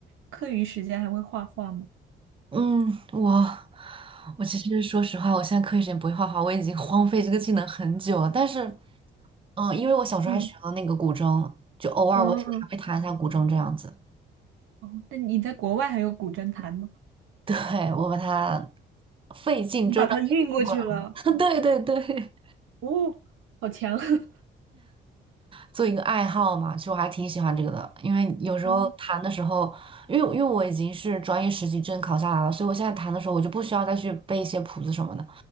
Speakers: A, on the right; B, on the right.
A: 课余时间还会画画吗？
B: 嗯，我我其实说实话，我现在课余时间不会画画，我已经荒废这个技能很久了。但是，嗯，因为我小时候还学了那个古筝，
A: 嗯，
B: 就偶尔我还会弹一下古筝这样子。
A: 哦，哦，那你在国外还有古筝弹吗？
B: 对，我把它费尽周章地弄过来了。
A: 你把它运过去了，
B: <laughs> 对对对。
A: 哦，好强！<laughs>
B: 做一个爱好嘛，其实我还挺喜欢这个的，因为有时候弹的时候，
A: 哦，
B: 因为因为我已经是专业实习证考下来了，所以我现在弹的时候我就不需要再去背一些谱子什么的，